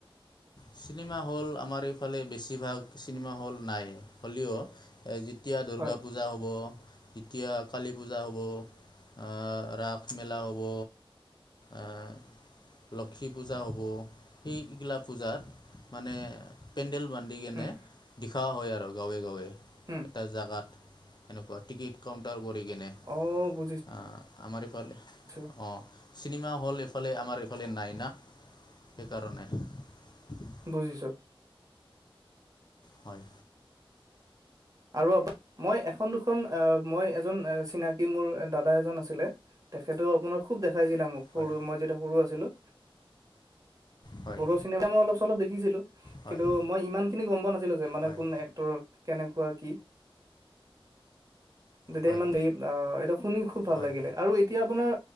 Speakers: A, on the left (about 50°); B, on the right (about 40°).
A: চিনেমা হল আমাৰ এইফালে বেছিভাগ চিনেমা হল নাই, হ'লেও- যেতিয়া দুৰ্গা
B: হয়
A: পূজা হ'ব- যেতিয়া কালী পূজা হব, আহ' ৰাস মেলা হ'ব- আহ' লক্ষী পূজা হ'ব সেইবিলাক- পূজাত মানে পেণ্ডেল বান্ধি কেনে
B: হুম
A: দেখোৱা হয় আৰু গাঁৱে গাঁৱে।
B: হুম।
A: এটা জেগাত এনেকুৱা টিকিট কাউণ্টাৰ কৰি কেনে।
B: অঁ' বুজি
A: অঁ' আমাৰ ইফালে-
B: ছোঁ।
A: অঁ' চিনেমা হল এইফালে আমাৰ এইফালে নাই না সেইকাৰণে। <unintelligible>
B: বুজিছোঁ।
A: হয়।
B: আৰু <unintelligible> মই এখন দুখন মই এজন চিনাকি মোৰ দাদা এজন আছিলে- তেখেতও আপোনাৰ খুব দেখাইছিলে মোক
A: হয়
B: সৰু মই যেতিয়া সৰু আছিলোঁ।
A: হয়
B: বড়ো চিনেমা মই অলপ চলপ দেখিছিলোঁ
A: হয়
B: কিন্তু মই ইমানখিনি গম পোৱা নাছিলো যে
A: হয়
B: কোন এক তৰ কেনেকুৱা কি। তেতিয়া
A: হয়
B: ইমান আহ' এইটো শুনি খুব ভাল
A: হয়
B: লাগিলে। আৰু এতিয়া আপোনাৰ